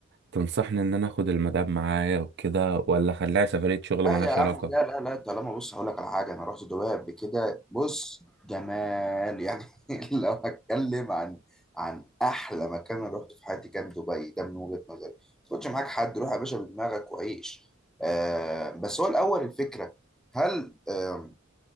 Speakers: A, on the right; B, in the centre.
A: تنصحني إن أنا أخد المدام معايا وكده ولا أخليها سفرية شغل
B: لا
A: ملهاش
B: يا عم
A: علاقة؟
B: لا لا لا طالما بص هقول لك على حاجه انا رحت دبي قبل كده بص جمال يعني <laughs> لو هتكلم عن عن احلى مكان انا رحت في حياتي كان دبي ده من وجهه نظري ما تاخدش معاك حد روح يا باشا بدماغك وعيش آه بس هو الاول الفكره هل آه